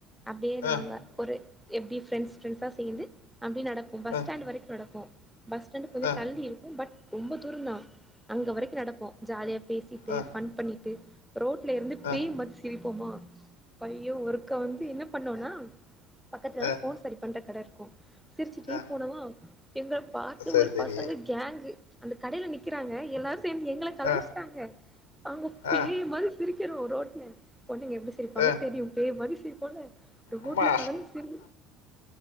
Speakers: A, in the centre; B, on the left.
A: அப்டியே
B: ஆ,
A: நாங்க எப் எப்டி ப்ரெண்ட்ஸ் ப்ரெண்ட்ஸா சேந்து அப்டியே நடப்போம் பஸ்
B: ஆ,
A: ஸ்டாண்ட் வரைக்கும் நடப்போம் பஸ் ஸ்டாண்டு கொஞ்ச
B: ஆ,
A: தள்ளி இருக்கும் பட் ரொம்ப தூரோனா அங்க வரைக்கு நடப்போ ஜாலியா பேசிட்டு
B: ஆ,
A: ஃபன் பண்ணிட்டு ரோட்ல இருந்து
B: ஆ,
A: பேய் மாரி சிரிப் போமா பைய ஒருக்கா வந்து என்ன பண்ணோனா பக்கத்துலா
B: ஆ,
A: ஃபோன் சரி பன் ற கடை இருக்கும் சிரிச்சிட்டே
B: ஆ.
A: போனமா எங்கள பாத்து
B: சரி
A: ஒரு
B: சரி
A: பசங்க கேங்கு அந்த கடையில நிக்கிறாங்க எல்லா சேந்து எங்கள கலாய்ச்சிட்டாங்க
B: ஆ,
A: அவுங்க பேய்
B: ஆ,
A: மாரி சிரிக் கிறோம் ரோட்ல பொண்ணுங்க எப்டி சிரிப்பாங்க
B: ஆ.
A: தெரியு பேய் மாரி சிரிப் பொண்ணு
B: அம்மா
A: ல கலந்து சிரி